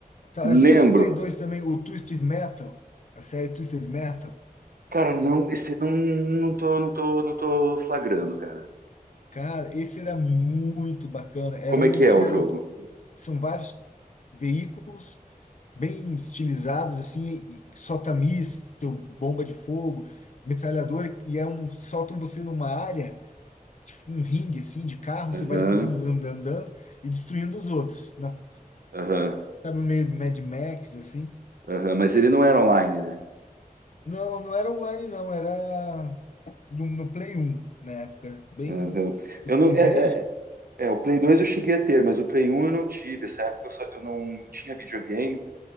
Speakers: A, on the left; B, on the right.
A: Tá, às vezes
B: lembro,
A: no Play 2 também, o Twisted Metal, a série Twisted Metal,
B: Cara, não, esse não, não tô, não tô, não tô flagrando, cara.
A: cara, esse era muito bacana. Era
B: Como
A: um
B: é que
A: que
B: é o
A: era,
B: jogo?
A: são vários veículos bem estilizados, assim, e solta-míssil, bomba de fogo, metralhadora, e é um, soltam você numa área, tipo um ringue, assim, de carro, você
B: Aham,
A: vai ter que ir andando, andando e destruindo os outros. Na,
B: aham,
A: sabe, meio Mad Max, assim.
B: aham. Mas ele não era online, né?
A: Não, não era online, não, era. no, no Play um na época. Bem,
B: Aham.
A: os
B: Eu
A: primeiros,
B: não, é, é, é, é, o Play 2 eu cheguei a ter, mas o Play 1 eu não tive. Essa época eu, só, eu não, não tinha videogame,